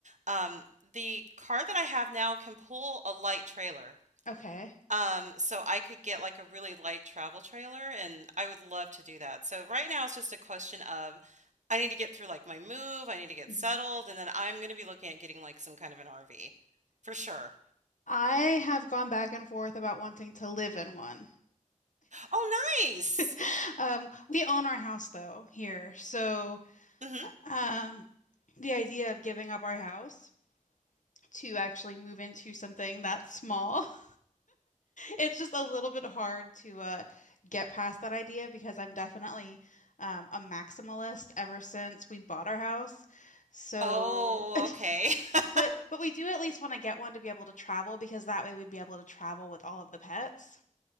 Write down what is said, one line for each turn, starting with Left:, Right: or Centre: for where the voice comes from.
Right: Um, the car that I have now can pull a light trailer.
Left: Okay.
Right: Um, so I could get like a really light travel trailer and I would love to do that. So right now it's just a question of I need to get through like my move, I need to get
Left: Mhm.
Right: settled, and then I'm gonna be looking at getting like some kind of an RV for sure.
Left: I have gone back and forth about wanting to live in one.
Right: Oh, nice.
Left: <laughs> Um, we own our house though here, so
Right: Mhm.
Left: uh, um, the idea of giving up our house to actually move into something that small. <laughs> It's just a little bit hard to uh, get past that idea because I'm definitely um, a maximalist ever since we bought our house. So,
Right: Oh, okay.
Left: <laughs>
Right: <laughs>
Left: but but we do at least want to get one to be able to travel because that way we'd be able to travel with all of the pets.